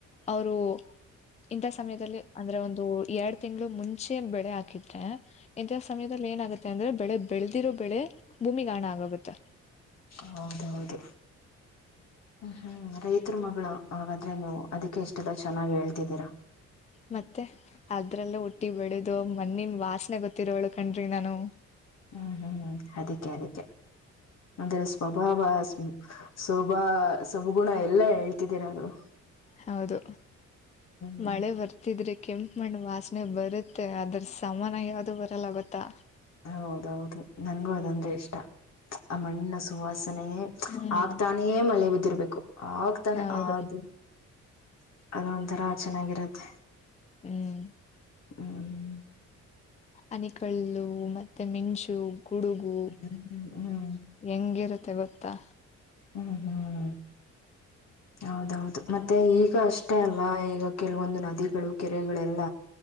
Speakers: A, on the left (about 25°); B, on the left (about 60°).
A: ಅವರು ಇಂಥ ಸಮಯದಲ್ಲಿ ಅಂದ್ರೆ ಒಂದು ಎರಡ್ ತಿಂಗಳು ಮುಂಚೆ ಬೆಳೆ ಹಾಕಿದ್ರೆ ಇಂಥ ಸಮಯ ಏನಾಗುತ್ತೆ ಅಂದ್ರೆ ಬೆಳೆ ಬೆಳೆದಿರೋ ಬೆಳೆ ಭೂಮಿಗಣ ಆಗೋಗುತ್ತೆ
B: ಹೌದೌದು ಹ್ಮ ಹ್ಮ್ ರೈತರ ಮಗಳು ಹಾಗಾದ್ರೆ ನೀವು ಅದಕ್ಕೆ ಇಷ್ಟಲ್ಲ ಚೆನ್ನಾಗಿ ಹೇಳ್ತಿದ್ದೀರಾ
A: ಮತ್ತೆ ಅದ್ರಲ್ಲ ಹುಟ್ಟಿ ಬೆಳೆದು ಮೊನ್ನಿಮ ವಾಸನೆ ಗೊತ್ತಿರೋವಳು ಕಣ್ರಿ ನಾನು
B: ಹ್ಮ್ ಹ್ಮ್ ಹ್ಮ್ ಅದಕ್ಕೆ ಅದಕ್ಕೆ ಅಂದ್ರೆ ಸ್ವಭಾವ ಸವಭ ಸಬಗುಣ ಎಲ್ಲಾ ಹೇಳ್ತಿದ್ದೀರ ಅವರು
A: ಹೌದು
B: ಹ್ಮ್
A: ಮಳೆ ಬರ್ತಿದ್ರೆ ಕೆಂಪ ಮಣ್ಣ್ ವಾಸನೆ ಬರುತ್ತೆ ಅದ್ರ ಸಮಾನ ಯಾವ್ದು ಬರಲ್ಲ ಗೊತ್ತಾ
B: ಹೌದೌದು ನನ್ಗೂ ಅದಂದ್ರೆ ಇಷ್ಟ ಆ ಮಣ್ಣಿನ ಸುವಾಸನೆ
A: ಹ್ಮ್
B: ಆಗ್ತಾನೇ ಮಲೆ ಬ ರ್ಬೇಕು ಆಗ್ತಾನೆ
A: ಹೌದು
B: ಅದು ಅದೊಂಥರ ಚೆನ್ನಾಗಿರತ್ತೆ
A: ಹ್ಮ್
B: ಹ್ಮ್
A: ಅನಿಕಲ್ಲು ಮತ್ತೆ ಮೆಣಶು ಕುಡುಗು
B: ಹ್ಮ್ ಹ್ಮ್
A: ಹೆಂಗಿರುತ್ತೆ ಗೊತ್ತಾ
B: ಹ್ಮ್ ಹ್ಮ್ ಹೌದೌದು ಮತ್ತೆ ಈಗ ಅಷ್ಟೇ ಅಲ್ಲ ಈಗ ಕೆಲವೊಂದು ನದಿಗಳು ಕೆರೆಗಳೆಲ್ಲ